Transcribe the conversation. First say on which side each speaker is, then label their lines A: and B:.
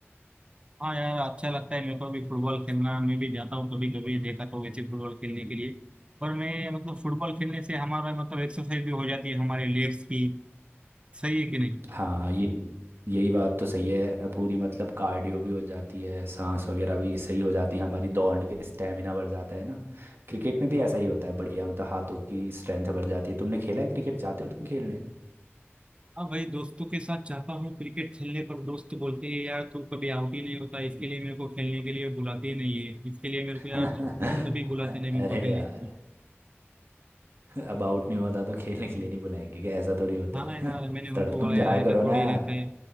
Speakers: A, on the right (about 25°); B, on the right (about 55°).
A: हाँ यार अच्छा लगता है मेरे को भी फुटबॉल खेलना मैं भी जाता हूँ कभी कभी देखा तो वैसे फुटबॉल खेलने के लिए पर मैं मतलब फुटबॉल खेलने से हमारा मतलब एक्सरसाइज भी हो जाती है हमारे लेग्स की सही है कि नहीं
B: हाँ ये यही बात तो सही है पूरी मतलब कार्डियो भी हो जाती है सांस वगैरह भी सही हो जाती है हमारी दौड़ के स्टेमिना बढ़ जाता है ना क्रिकेट में भी ऐसा ही होता है बढ़िया मतलब हाथों की स्ट्रेंथ बढ़ जाती है तुमने खेला है क्रिकेट जाते हो तुम खेलने
A: हाँ भाई दोस्तों के साथ चाहता हूँ क्रिकेट खेलने पर दोस्त बोलते हैं यार तू कभी आउट ही नहीं होता इसके लिए मेरे को खेलने के लिए बुलाते ही नहीं है इसके लिए मेरे
B: <laughs>
A: को यार कभी बुलाते नहीं मेरे
B: अरे
A: को खेलने
B: यार
A: के लिए
B: अब आउट नहीं होता तो खेलने के लिए नहीं बुलाएंगे क्या ऐसा थोड़ी होता
A: हाँ
B: है
A: यार मैंने
B: <laughs>
A: उनको
B: तब
A: बोला
B: तुम जाया
A: यार ऐसा
B: करो
A: थोड़ी
B: ना यार
A: रहता है